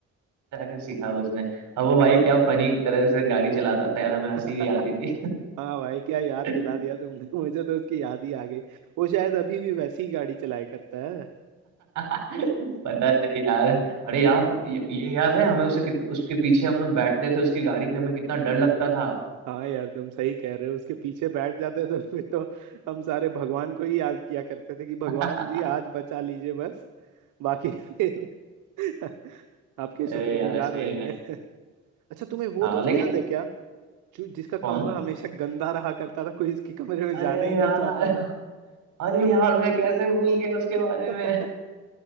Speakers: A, on the right (about 70°); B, on the right (about 85°).
A: जाकर सीखा उसने अब वो भाई क्या फनी तरह से गाड़ी चलाता था यार हमें हंसी
B: <laughs>
A: भी आती थी
B: हाँ भाई क्या याद
A: <laughs>
B: दिला दिया तुमने <laughs> मुझे तो उसकी याद ही आ गई वो शायद अभी भी वैसी ही गाड़ी चलाया करता है
A: पता नहीं यार अरे यार ये ये याद है हमें उसे कित, उसके पीछे हम लोग बैठते थे उसकी गाड़ी पे हमें कितना डर लगता था
B: हाँ यार तुम सही कह रहे हो उसके पीछे बैठ जाते तो <laughs> फिर तो हम सारे भगवान को ही याद किया करते थे कि भगवान
A: <laughs>
B: जी आज बचा लीजिए बस बाकी फिर <laughs> आपके शुक्रगुजार
A: अरे यार सही
B: रहेंगे
A: में
B: अच्छा तुम्हें वो
A: हाँ
B: तो उससे
A: लेकिन
B: याद है क्या जो जिसका
A: कौन
B: कमरा हमेशा गंदा रहा करता था कोई इसके कमरे में
A: अरे
B: जाना ही
A: यार
B: नहीं चाहता
A: अरे यार मैं कैसे भूल गया उसके
B: था
A: बारे में
B: <laughs>